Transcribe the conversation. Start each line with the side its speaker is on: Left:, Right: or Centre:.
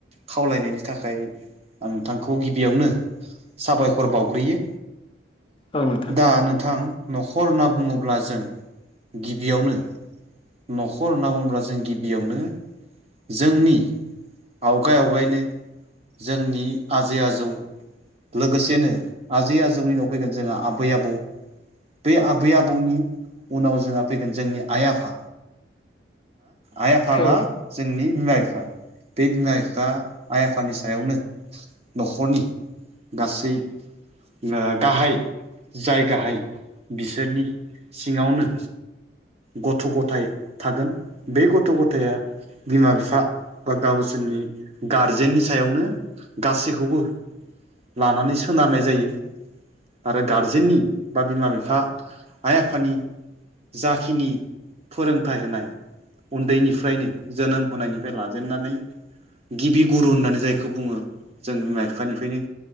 Right: खावलायनायनि थाखाय आं नोंथांखौ गिबियावनो साबायखर बावग्रोयो।
Left: औ नोंथां
Right: दा नोंथां न'खर होनना बुङोब्ला जों। गिबियावनो न'खर होनना बुङोब्ला जों गिबियावनो जोंनि आवगाय आवगायनो जोंनि आजै आजौ लोगोसेनो आजै आजौनि उनाव' फैगोन जोंहा आबै आबौ। बै आबै आबौनि उनाव जोंहा फैगोन जोंनि आइ आफा आइ आफाबा
Left: औ
Right: जोंनि बिमा बिफा बे बिमा बिफा आइ आफानि सायावनो न'खरनि गासै ओ गाहाय जाय गाहाय बिसोरनि सिङावनो गथ' गथाय थागोन बे गथ' गथाया बिमा बिफा बा गावसोरनि गारजेननि सायावनो गासैखौबो लानानै सोनारनाय जायो। आरो गारजेननि बा बिमा बिफा आइ आफानि खिनि फोरोंथाइ होनाय उन्दैनिफ्रायनो जोनोम होनायनिफ्राय लाजेननानै गिबि गुरु होननानै जायखौ बुङो जों बिमा बिफानिफ्रायनो